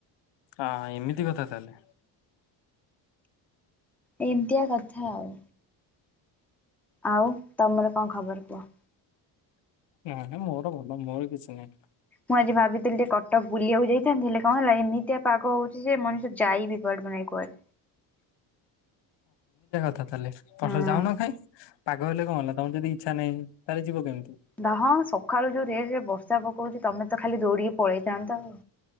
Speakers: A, on the left; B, in the centre.
A: ହଁ ଏମିତି କଥା ତାହେଲେ
B: ଏମିତିଆ କଥା ଆଉ ଆଉ ତମର କଣ ଖବର କୁହ
A: ନାଇଁ ନାଇଁ ମୋର ଭଲ ମୋର କିଛି ନାହିଁ
B: ମୁଁ ଆଜି ଭାବିଥିଲି ଟିକେ କଟକ ବୁଲିବାକୁ ଯାଇଥାନ୍ତି ହେଲେ କଣ ହେଲା ଏମିତିଆ ପାଗ ହଉଛି ଯେ ମଣିଷ ଯାଇ ବି କୁଆଡୁକୁ ନାଇ କୁଆଡେ
A: କ ତାହେଲେ ପରେ
B: ହଁ
A: ଯାଉନ କାଇଁ ପାଗ ହେଲେ କଣ ହେଲା ତମର ଯଦି ଇଚ୍ଛା ନାହିଁ ତାହେଲେ ଯିବ କେମିତି
B: ଦ ହଁ ସକାଳୁ ଯୋଉ ରେଟ ରେ ବର୍ଷା ପକଉଛି ତମେ ତ ଖାଲି ଦୌଡିକି ପଳେଇ ଯାଅନ୍ତ ଆଉ ଉଁ